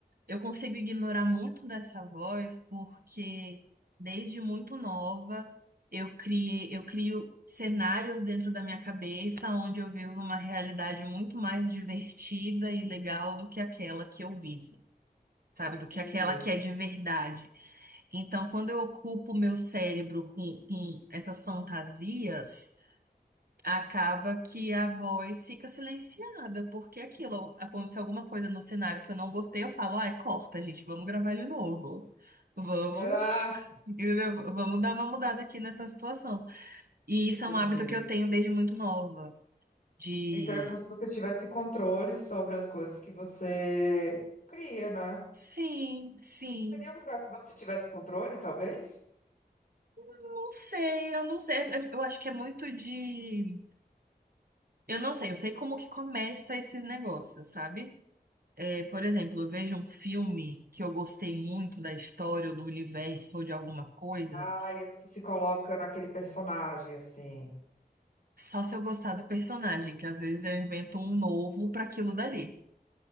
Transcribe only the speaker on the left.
Entendi.
Ah,
entendi.
Então é como se você tivesse controle sobre as coisas que você cria, né?
Seria um lugar que você tivesse controle, talvez?
Ah, e aí você se coloca naquele personagem, assim.